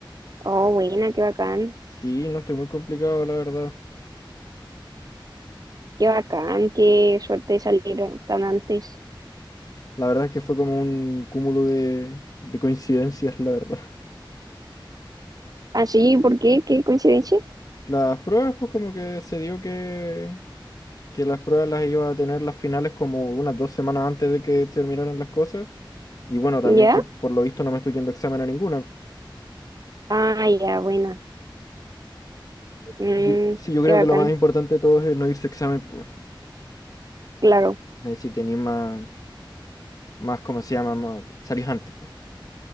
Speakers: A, on the right; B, on the left.
A: Oh, buena, qué bacán.
B: sí, no estoy muy complicado, la verdad.
A: Qué bacán, qué suerte de salir tan antes.
B: La verdad es que fue como un cúmulo de, de coincidencias, la verdad. <laughs>
A: Ah, sí, ¿por qué? ¿Qué coincidencia?
B: Las pruebas, pues como que se dio que, que las pruebas las iba a tener las finales como unas dos semanas antes de que terminaran las cosas. Y bueno, también
A: ¿Ya?
B: que por lo visto no me estoy yendo a examen a ninguna.
A: Ah, ya, buena. Mm,
B: Yo, sí, yo creo
A: qué bacán.
B: que lo más importante de todo es no irse a examen, pues.
A: Claro,
B: Ahí sí tenéis más, más, ¿cómo se llama? Más, salís antes, pues.